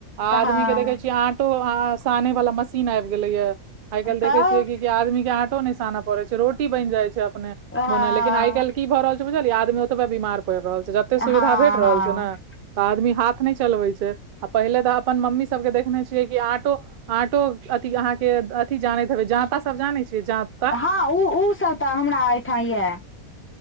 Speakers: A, on the right; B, on the left.
A: आदमी
B: हँ
A: के देखे छीयै आटो सानै वला मशीन आबि गेले ये आइ काल्हि देखै
B: तऽ
A: छियै कि आदमी के आँटो नहि सानय पड़ैत छै रोटी बनि जाइ छै अपने
B: हँ
A: मोने लेकिन आइ काल्हि की भऽ रहल छै बुझलियै आदमी ओतबे बीमार पड़ि रहल छै जते सुविधा
B: हँ
A: भेट
B: हँ
A: रहल छै न तऽ आदमी हाथ नय चलबै छै आ पहिले तऽ अपन मम्मी सबके देखने छियै कि आँटो आँटो अथ अहाँके अथी जानैत हेबै जाता सब जानै छियै जाता
B: हँ ओ ओसब तऽ हमरा एहिठाम यऽ